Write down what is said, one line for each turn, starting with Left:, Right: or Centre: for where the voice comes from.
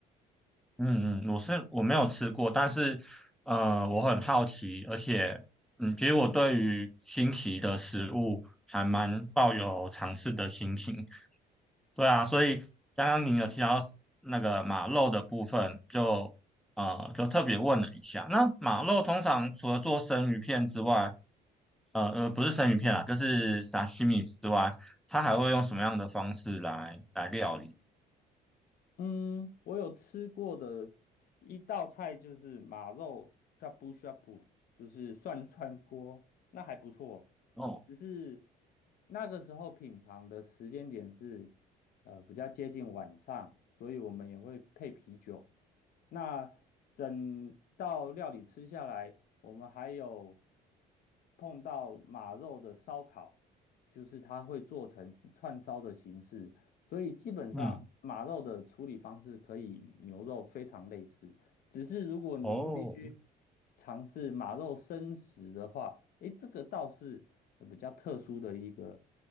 Centre: 嗯嗯，我是我没有吃过，但是呃，我很好奇，而且嗯，其实我对于新奇的食物还蛮抱有尝试的心情。对啊，所以刚刚你有提到那个马肉的部分，就呃就特别问了一下。那马肉通常除了做生鱼片之外，呃呃不是生鱼片啦，就是沙西米之外，它还会用什么样的方式来来料理？
Left: 嗯，我有吃过的一道菜就是马肉 shabu s 就是涮涮锅，那还不错。
Centre: 哦，
Left: 只是那个时候品尝的时间点是呃比较接近晚上，所以我们也会配啤酒。那整道料理吃下来，我们还有碰到马肉的烧烤，就是它会做成串烧的形式。所以基本上马肉的处理方式可以与牛肉非常类似，
Centre: 嗯，
Left: 只是如果您必须
Centre: 哦，
Left: 尝试马肉生食的话，诶，这个倒是呃比较特殊的一个